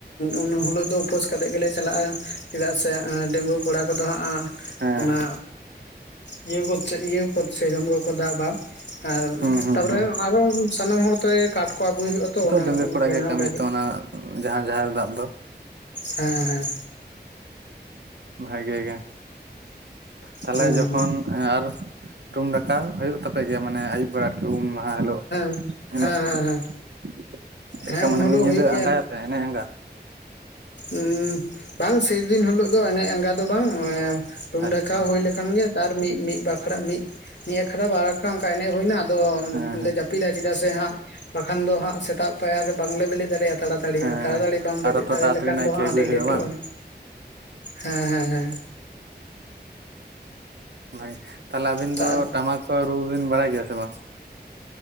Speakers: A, on the left (about 80°); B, on the right (about 75°).
A: ᱩᱱ ᱦᱤᱞᱚᱜ ᱫᱚ ᱩᱯᱟᱹᱥ ᱠᱟᱛᱮᱜ ᱜᱮᱞᱮ ᱪᱟᱞᱟᱜᱼᱟ ᱪᱮᱫᱟᱜ ᱥᱮ ᱰᱟᱺᱜᱩᱶᱟ ᱠᱚᱲᱟ ᱠᱚ ᱫᱚ ᱦᱟᱸᱜᱼᱟ
B: ᱦᱮᱸ
A: ᱚᱱᱟ ᱤᱭᱟᱹ ᱤᱭᱟᱹ ᱥᱮᱨᱚᱢ ᱠᱚ ᱠᱚ ᱫᱟᱵᱟ ᱟᱨ
B: ᱦᱩᱸ ᱦᱩᱸ
A: ᱛᱟᱯᱚᱨᱮ
B: ᱦᱩᱸ
A: ᱟᱨᱚ ᱥᱟᱱᱟᱢ ᱦᱚᱲ ᱛᱮ ᱠᱟᱴ ᱠᱚ ᱟᱹᱜᱩᱭ ᱦᱩᱭᱩᱜ ᱟ ᱛᱚ ᱚᱱᱟ
B: ᱰᱟᱺᱜᱩᱣᱟᱹ ᱠᱚᱲᱟ
A: ᱵᱮᱱᱟᱣ
B: ᱜᱮ ᱠᱟᱹᱢᱤ
A: ᱞᱟᱹᱜᱤᱫ
B: ᱛᱚ ᱚᱱᱟ ᱡᱟᱦᱟᱸ ᱡᱟᱦᱮᱨ ᱫᱟᱵ ᱫᱚᱼᱼ
A: ᱦᱮᱸ ᱦᱮᱸ
B: ᱵᱷᱟᱜᱮ ᱜᱮ ᱛᱟᱦᱚᱞᱮ
A: ᱦᱮᱸ
B: ᱡᱚᱠᱷᱚᱱ ᱟᱨ ᱨᱩᱢ ᱰᱟᱠᱟ ᱦᱩᱭᱩᱜ ᱛᱟᱯᱮ ᱜᱮᱭᱟ ᱢᱟᱱᱮ ᱟᱭᱩᱵ ᱵᱮᱲᱟ ᱟᱨᱠᱤ ᱩᱢᱼᱼ ᱦᱮᱸ ᱦᱮᱞᱳ
A: ᱦᱮᱸ
B: ᱮᱱᱮᱡ
A: ᱦᱮᱸ ᱦᱮᱸ ᱦᱮᱸ ᱦᱮᱸ
B: ᱪᱮᱫ
A: ᱦᱮᱸ
B: ᱞᱮᱠᱟ
A: ᱦᱮᱸ
B: ᱢᱟᱱᱮ
A: ᱩᱱ ᱦᱤᱞᱳᱜ
B: ᱢᱤᱫ ᱧᱤᱫᱟᱹ
A: ᱦᱩᱭᱩᱜ
B: ᱟᱸᱜᱟᱭ ᱟᱯᱮ ᱮᱱᱮᱡ ᱟᱸᱜᱟᱼᱼ
A: ᱦᱩᱸ ᱵᱟᱝ ᱥᱮᱫᱤᱱ ᱦᱤᱞᱳᱜ ᱫᱚ ᱮᱱᱮᱡ ᱟᱸᱜᱟ ᱫᱚ ᱵᱟᱝ ᱨᱩᱢ
B: ᱟᱪᱪᱷᱟ
A: ᱰᱟᱠᱟ ᱦᱩᱭ ᱞᱮᱠᱷᱟᱱ <unintelligible> ᱢᱤᱫ ᱢᱤᱫ ᱵᱟ ᱢᱤᱫ ᱢᱤᱫ ᱟᱠᱷᱲᱟ ᱵᱟᱨ ᱟᱠᱷᱨᱟ ᱚᱱᱠᱟ ᱮᱱᱮᱡ ᱦᱩᱭ ᱮᱱᱟ ᱟᱫᱚ
B: ᱦᱮᱸ ᱦᱮᱸ
A: ᱞᱮ ᱡᱟᱯᱤᱫᱼᱟ ᱡᱟᱹᱯᱤᱫᱟ ᱪᱮᱫᱟᱜ ᱥᱮ ᱦᱟᱸᱜ ᱵᱟᱠᱷᱟᱱ ᱫᱚ ᱦᱟᱸᱜ ᱥᱮᱛᱟᱜ ᱯᱟᱭᱟᱨ ᱨᱮ ᱵᱟᱝᱞᱮ ᱵᱮᱞᱮᱫ ᱫᱟᱲᱮᱭᱟᱜᱼᱟ ᱛᱟᱲᱟ ᱛᱟᱲᱤᱭᱟᱜᱼᱟ
B: ᱦᱮᱸ
A: ᱛᱟᱲᱟᱛᱟᱲᱤ
B: ᱦᱮᱸ
A: ᱵᱟᱢ ᱵᱮᱨᱮᱫ
B: ᱟᱨᱚ ᱛᱚ
A: ᱫᱟᱲᱮ
B: ᱛᱟᱲᱟᱛᱟᱲᱤ
A: ᱞᱮᱠᱷᱟᱱ
B: ᱱᱟᱭᱠᱮ
A: ᱫᱚ ᱟᱹᱰᱤ
B: ᱟᱹᱜᱩᱭ ᱦᱩᱭᱩᱜᱼᱟ
A: ᱞᱮᱴᱚᱜᱼᱟ
B: ᱵᱟᱝ
A: ᱦᱮᱸ ᱦᱮᱸ ᱦᱮᱸ
B: ᱵᱷᱟᱭ ᱛᱟᱦᱞᱮ ᱟᱵᱤᱱ
A: ᱦᱮᱸ
B: ᱫᱚ ᱴᱟᱢᱟᱠ ᱠᱚ ᱨᱩ ᱵᱤᱱ ᱵᱟᱲᱟᱭ ᱜᱮᱭᱟ ᱥᱮ ᱵᱟᱝ